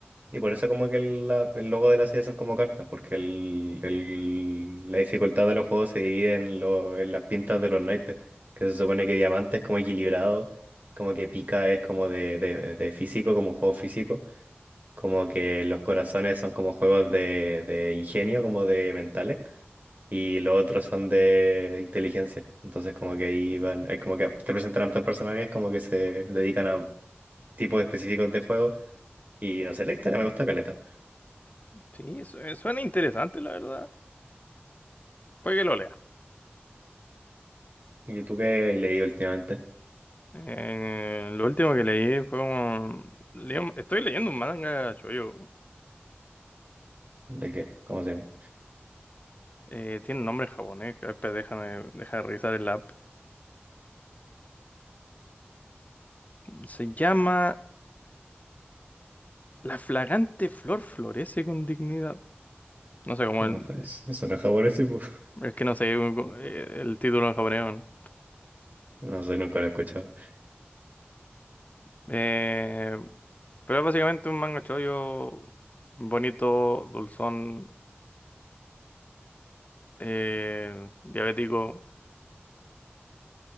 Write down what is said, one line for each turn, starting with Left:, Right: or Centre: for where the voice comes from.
Right: Y por eso como que el, la- el logo de la serie son como cartas, porque el, el- la dificultad de los juegos se divide en, lo- en las pintas de los naipes, que se supone que diamante es como equilibrado, como que pica es como de, de- de físico, como juego físico, como que los corazones son como juegos de, de ingenio, como de mentales y los otros son de inteligencia. Entonces como que ahí van, es como que te presentan hartos personajes como que se dedican a tipos específicos de juego y no sé, la historia me gusta caleta.
Left: Sí, su- eh, suena interesante, la verdad. Puede que lo lea.
Right: ¿Y tú qué has leído últimamente?
Left: Eh, lo último que leí fue un... leí un- Estoy leyendo un manga shoujo.
Right: ¿De qué? ¿Cómo se llama?
Left: Eh, tiene un nombre en japonés. que- espera, déjame, déjame revisar el app. Se llama La flagante flor florece con dignidad. No sé cómo
Right: No,
Left: el.
Right: ja- es- Eso no es japonés, tipo. <laughs>
Left: Es que no sé eh, el título en japonés. ¿no?
Right: No sé, nunca lo he escuchado.
Left: Eh, pero es básicamente un manga chollo bonito, dulzón, eh, diabético.